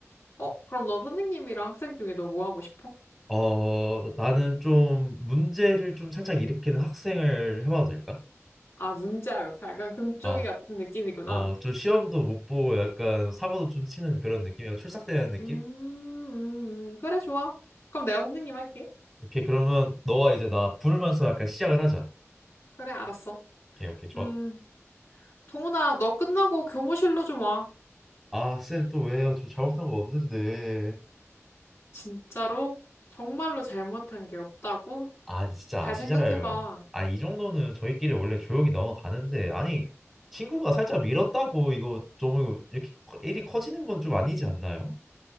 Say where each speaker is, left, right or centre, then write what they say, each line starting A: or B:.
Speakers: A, on the left; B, in the centre.
A: 어, 그럼 넌 선생님이랑 학생 중에 너 뭐 하고 싶어?
B: 어, 나는 좀 문제를 좀 살짝 일으키는 학생을 해봐도 될까?
A: 아, 문자 역할. 약간 금쪽이
B: 어,
A: 같은 느낌이구나.
B: 어, 좀 시험도 못 보고 약간 사고도 좀 치는 그런 느낌이야. 출삭되는 느낌?
A: 음, 음, 음. 그래, 좋아. 그럼 내가 선생님 할게.
B: 오케이, 그러면 너가 이제 나 부르면서 약간 시작을 하자.
A: 그래, 알았어.
B: 오케이, 오케이, 좋아.
A: 음, 동훈아, 너 끝나고 교무실로 좀 와.
B: 아, 쌤 또 왜요? 저 잘못한 거 없는데.
A: 진짜로? 정말로 잘못한 게 없다고?
B: 아, 진짜
A: 잘
B: 아시잖아요.
A: 생각해봐.
B: 아, 이 정도는 저희끼리 원래 조용히 넘어가는데. 아니, 친구가 살짝 밀었다고 이거 좀 이렇게 커- 일이 커지는 건 좀 아니지 않나요?